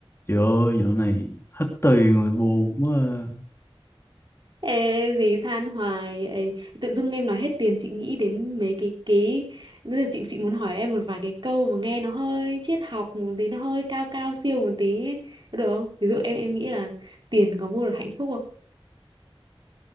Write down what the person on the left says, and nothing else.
Trời ơi, dạo này hết tiền rồi buồn quá à.